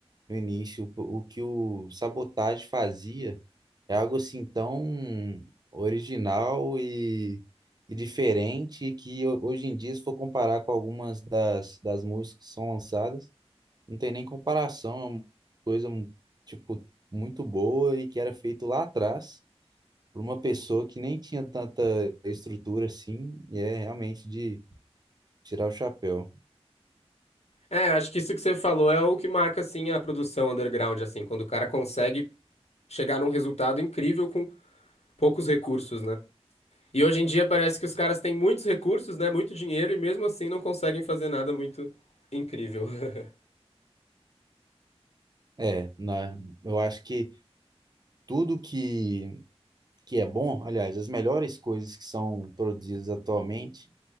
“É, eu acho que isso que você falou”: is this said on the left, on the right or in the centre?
Left